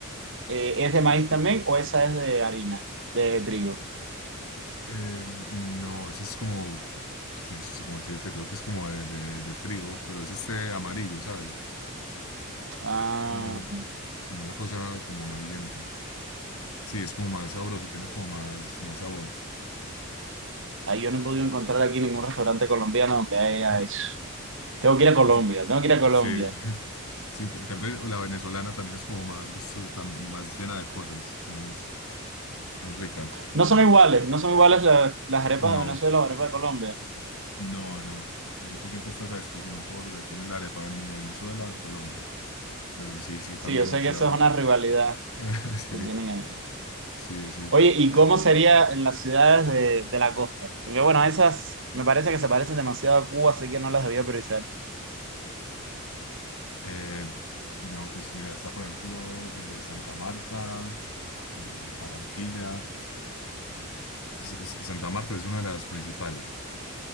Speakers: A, on the right (about 60°); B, on the left (about 80°).
A: eh, ¿es de maíz también o esa es de harina, de trigo?
B: Eh, no, ese es como, pues, no sé cómo decirte, creo que es como de, de- de trigo, pero es este amarillo, ¿sabes?
A: Ah,
B: Es como, como una cosa como amarillenta. Sí, es como más sabroso, tiene como más, más sabor.
A: ah, yo no he podido encontrar aquí ningún restaurante colombiano donde haya
B: <laughs>
A: eso. Tengo
B: Ah,
A: que ir a Colombia,
B: ese-
A: tengo que ir a Colombia.
B: sí, <laughs> sí, t- tal vez la venezolana también es como más gustosa, tam- más llena de cosas, más, más rica.
A: No son iguales, no son iguales la- las arepas
B: No.
A: de Venezuela o las arepas de Colombia.
B: No, no. De hecho, siempre está esa discusión por de quién es la arepa ven- de Venezuela o Colombia. Pero sí, sí cambian
A: Sí, yo sé
B: mucho
A: que
B: la...
A: eso es una rivalidad
B: <laughs> Sí,
A: que tienen ahí.
B: sí, sí.
A: Oye, ¿y cómo sería en las ciudades de, de la costa? Porque bueno, esas me parece que se parecen demasiado a Cuba, así que no las debía priorizar.
B: Eh, no, pues mira, está por ejemplo eh, Santa Marta, eh, Barranquilla. S- S- Santa Marta es una de las principales.